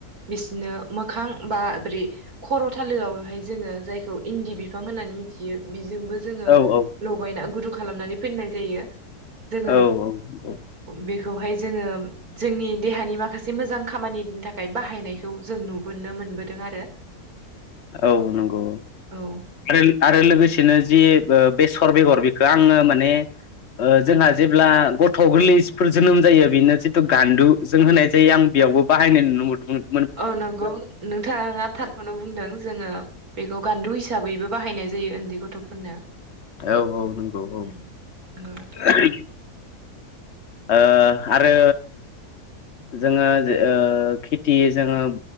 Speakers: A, on the right; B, on the left.
A: बिसिनो मोखां बा ब्रि खर' थालोआवहाय जोङो जायखौ इन्दि बिफां होननानै मिथियो बिजोंबो जोङो
B: औ
A: लगायना गुदुं खालामनानै फिननाय जायो। जोङो
B: औ औ औ।
A: बेखौहाय जोङो जोंनि देहानि माखासे मोजां खामानिनि थाखाय बाहायनायखौ जों नुबो नो मोनबोदों आरो।
B: औ नंगौ
A: औ
B: आरो आरो लोगोसेनो जि ओ बेसर बेगर बिखो आङो माने ओ जोंहा जेब्ला गथ' गोरलैसफोर जोनोम जायो बिनो जिथु गान्दु जों होनाय जायो आं बि यावबो बाहायनाय नुनो मोनदोंमोन।
A: औ नंगौ नोंथाङा थारखौनो बुंदों जोङो बेखौ गान्दु हिसाबैबो बाहायनाय जायो उन्दै गथ'फोरनो
B: औ औ नंगौ औ
A: उम नंगौ नोंथां
B: <unintelligible> ओ आरो जोङो ओ खेथि जोङो